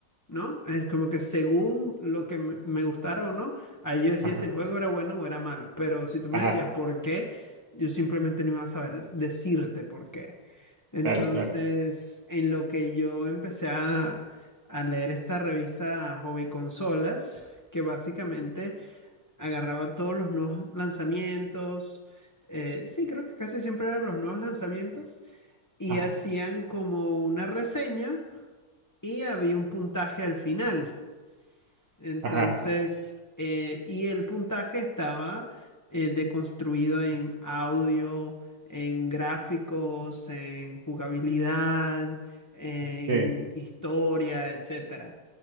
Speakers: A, on the left; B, on the right.
A: ¿no? Es como que según lo que me me gustara o no, ahí yo decía
B: ajá,
A: si el juego era bueno o era malo. Pero si tú me
B: ajá,
A: decías por qué, yo simplemente no iba a saber decirte por qué. Entonces,
B: claro, claro.
A: en lo que yo empecé a, a leer esta revista Hobby Consolas, que básicamente agarraba todos los nuevos lanzamientos, eh, sí, creo que casi siempre eran los nuevos lanzamientos, y
B: Ajá,
A: hacían como una reseña y había un puntaje al final. Entonces,
B: ajá,
A: eh, y el puntaje estaba eh, deconstruido en audio, en gráficos, en jugabilidad, en
B: sí,
A: historia, etcétera.